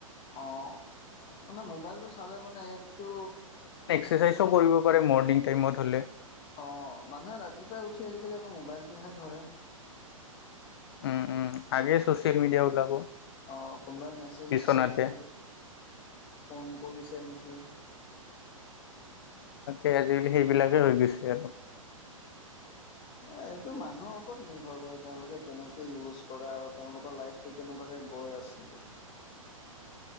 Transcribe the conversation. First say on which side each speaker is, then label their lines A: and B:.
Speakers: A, on the left; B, on the left.
A: অ' মানে মোবাইলটো চালে মানে এপটো
B: এক্সাৰচাইজও কৰিব পাৰে, মৰ্ণিং টাইমত হ'লে।
A: অ মানুহে ৰাতিপুৱাই উঠি আজিকালি আকৌ মোবাইলটোহে ধৰে।
B: উম উম আগে চচিয়েল মিডিয়া ওলাব।
A: অ কোনোবাই মেছেজ
B: বিচনাতে
A: দিছে নেকি, ফোন কৰিছে নেকি।
B: তাকে, আজিকালি সেইবিলাকে হৈ গৈছে আৰু।
A: এ এইটো মানুহৰ ওপৰত নিৰ্ভৰ কৰে, তেওঁলোকে কেনেকে ইউজ কৰে আৰু তেওঁলোকৰ লাইফ তো কেনেকুৱাকে গৈ আছে এতিয়া।